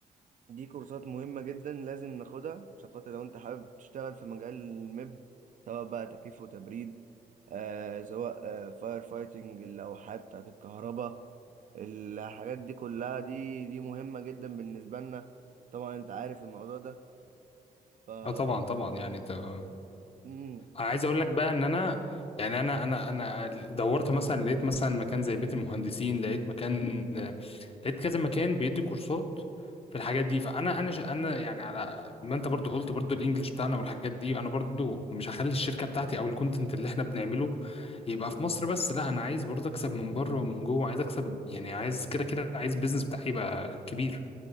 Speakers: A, on the right; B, on the left.
A: دي كورسات مهمه جدا لازم ناخدها عشان خاطر لو انت حابب تشتغل في مجال الميب سواء بقى تكييف وتبريد آه سواء آه فاير فايتنج اللوحات بتاعت الكهرباء الحاجات دي كلها دي دي مهمة جدا بالنسبة لنا طبعا انت عارف الموضوع ده ف
B: اه طبعا طبعا يعني انت
A: امم
B: عايز اقول لك بقى ان انا يعني انا انا انا دورت مثلا لقيت مثلا مكان زي بيت المهندسين لقيت مكان لقيت كذا مكان بيدي كورسات في الحاجات دي فانا انا ش- انا يعني على ما انت برضو قلت برضو الانجليش بتاعنا والحاجات دي انا برضو مش هخلي الشركه بتاعتي او الكونتنت اللي احنا بنعمله يبقى في مصر بس لا انا عايز برضو اكسب من بره ومن جوه عايز اكسب يعني عايز كده كده عايز بيزنس بتاعي يبقى كبير